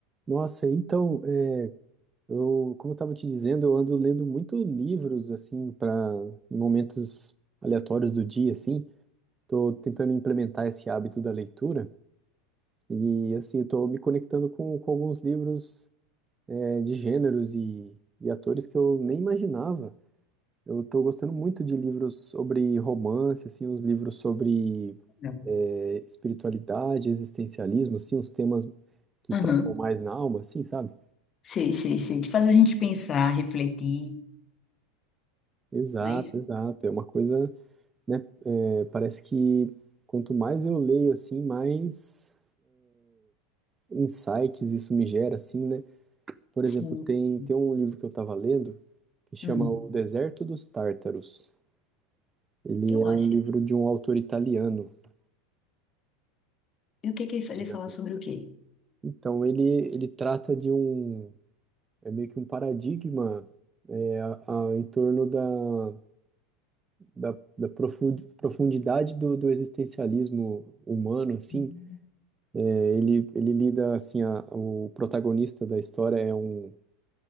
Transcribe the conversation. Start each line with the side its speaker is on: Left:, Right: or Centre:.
Right: Nossa, então, é, eu, como eu estava te dizendo, eu ando lendo muito livros, assim, para em momentos aleatórios do dia, assim. Tô tentando implementar esse hábito da leitura e, assim, estou me conectando com, com alguns livros, é, de gêneros e, e atores que eu nem imaginava. Eu estou gostando muito de livros sobre romance, assim, uns livros sobre,
Left: Não.
Right: é, espiritualidade, existencialismo, assim, uns temas que
Left: Aham.
Right: tocam mais na alma, assim, sabe?
Left: Sei, sei, sei. Que faz a gente pensar, refletir,
Right: Exato,
Left: não é isso?
Right: exato. É uma coisa, né? é, parece que quanto mais eu leio, assim, mais insights isso me gera, assim, né? Por
Left: Sim.
Right: exemplo, tem,
Left: sim.
Right: tem um livro que eu estava lendo que chama
Left: Hum,
Right: O Deserto dos Tártaros. Ele
Left: eu
Right: é
Left: acho.
Right: um livro de um autor italiano. Não
Left: E o
Right: sei
Left: que
Right: se
Left: que ele fa-
Right: você
Left: ele
Right: já
Left: fala
Right: viu.
Left: sobre o quê?
Right: Então, ele, ele trata de um, é meio que um paradigma é, a- a- em torno da, da, da profu- profundidade do, do existencialismo humano, assim,
Left: Hum,
Right: Ele, ele lida assim, a- o protagonista da história é um,